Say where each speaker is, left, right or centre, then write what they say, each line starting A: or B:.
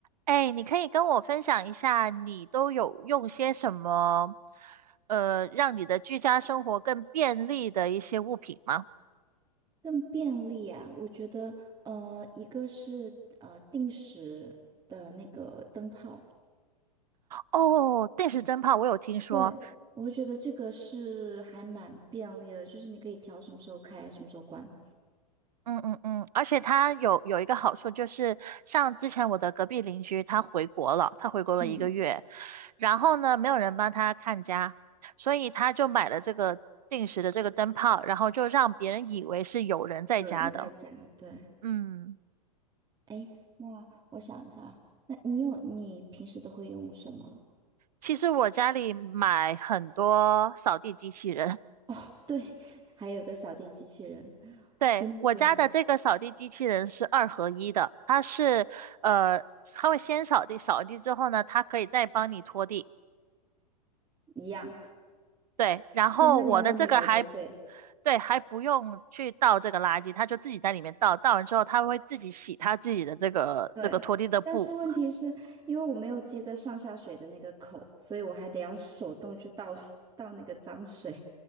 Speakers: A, on the right; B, on the right.
A: 哎，你可以跟我分享一下，你都有用些什么，呃，让你的居家生活更便利的一些物品吗？
B: 更便利啊，我觉得，呃，一个是呃定时的那个灯泡，
A: 哦，定时灯泡我有听说，
B: 对，我会觉得这个是还蛮便利的，就是你可以调什么时候开，什么时候关。
A: 嗯嗯嗯，而且它有有一个好处就是，像之前我的隔壁邻居他回国了，他回国了一个月，
B: 嗯，
A: 然后呢，没有人帮他看家，所以他就买了这个定时的这个灯泡，然后就让别人以为是有人在家的，
B: 有人在家，对，
A: 嗯。
B: 哎，那我想一下啊，那你有你平时都会用什么？
A: 其实我家里买很多扫地机器人，
B: 哦，对，还有个扫地机器人，
A: 对，
B: 真的是
A: 我家的这个扫地机器人是二合一的，它是呃，它会先扫地，扫地之后呢，它可以再帮你拖地，
B: 一样，
A: 对，然后我的这个还，
B: 现在连我女儿都会。
A: 对，还不用去倒这个垃圾，它就自己在里面倒，倒完之后它会自己洗它自己的这个这个拖地的布。
B: 对，但是问题是因为我没有接在上下水的那个口，所以我还得要手动去倒 <laughs> 倒那个脏水。